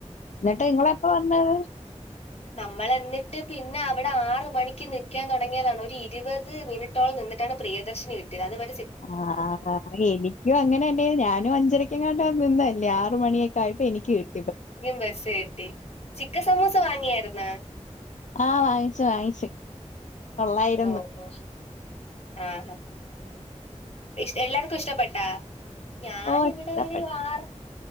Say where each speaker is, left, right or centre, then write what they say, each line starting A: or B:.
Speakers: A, on the left; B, on the left.
A: എന്നിട്ട് നിങ്ങള് എപ്പോ വന്നത്.
B: <inaudible> നമ്മൾ എന്നിട്ട് പിന്നെ അവിടെ ആറ് മണിക്ക് നക്കാൻ തുടങ്ങിയതാണ്. ഒരു ഇരുപത് മിനിറ്റ്. നിന്നിട്ടാണ് പ്രിയദർശിനി കിട്ടിയത്. അത് വരെ
A: ആഹ് ആഹ് ആഹ് <unintelligible> അങ്ങനെന്നെ ഞാനും അഞ്ചരക്കങ്ങാണ്ട് നിന്നല്ലേ. ആറ് മണിയൊക്ക ആയപ്പോ എനിക്ക് കി
B: നീം ബസ്സ് കിട്ടി ചിക്കൻ സമൂസ വാങ്ങിയായിരുന്നാ.
A: ആവായി ചായിച്ച് തൊള്ളായിരംന്ന്
B: ഓ ഓ ആഹാ ഇഷ് എല്ലാർക്കും ഇഷ്ടപ്പെട്ടാ ഞാൻ
A: ഓ
B: ഇവിടെ
A: ഇഷ്ടപ്പെട്ടു
B: ഒരു ആറ്.